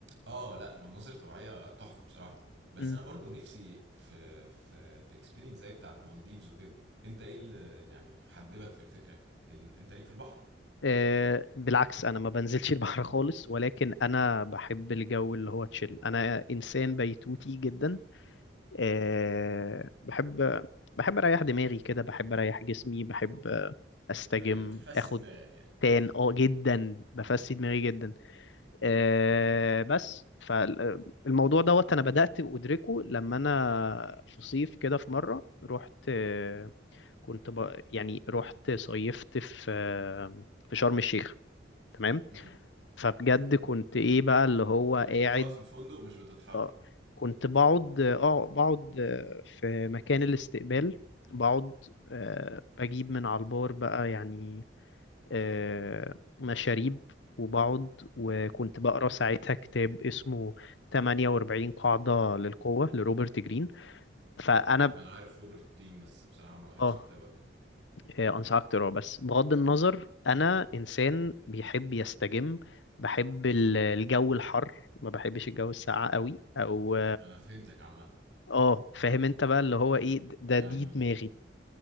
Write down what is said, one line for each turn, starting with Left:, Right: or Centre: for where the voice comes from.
Right: آه، لأ، مناظر طبيعية تحفة بصراحة، بس
Left: مم.
Right: أنا برضه نِفْسي في في في experience زي بتاعة مالديفز وكده، أنت إيه ال يعني حبِّبك في الفكرة؟ ال أنت ليك في البحر؟
Left: آه، بالعكس انا ما بنزلش البحر خالص ولكن انا بحب الجو اللي هو تشيل انا انسان بيتوتي جدا آه، بحب بحب اريح دماغي كده بحب اريح جسمي بحب آه، استجم
Right: أيوه، تفسِّي
Left: اخد
Right: دماغك يعني،
Left: تان اه جدا بفسي دماغي جدا آه، بس فالموضوع دوت انا بدأت ادركه لما انا في صيف كده في مرة رحت آه، كنت ب... يعني رحت صيفت في آه، في شرم الشيخ تمام
Right: إمم،
Left: فبجد كنت ايه بقى اللي هو
Right: كنت
Left: قاعد
Right: بتقعد في الفندق مش بتتحرك،
Left: اه كنت بقعد اه بقعد آه، في مكان الاستقبال بقعد آه، بجيب من على البار بقى يعني آه، مشاريب وبقعد وكنت بقرا ساعتها كتاب اسمه 48 قاعدة للقوة لروبرت جرين فأنا
Right: أنا عارف روبرت دريم بس بصراحة ما قريتش
Left: اه
Right: الكتاب قبل كده،
Left: آه، أنصحك تقراه بس بغض النظر أنا إنسان بيحب يستجم بحب ال- الجو الحر ما بحبش الجو الساقع قوي أو
Right: أنا فهمتك عامةً،
Left: اه فاهم انت بقى اللي هو ايه د- ده
Right: يعني
Left: دي دماغي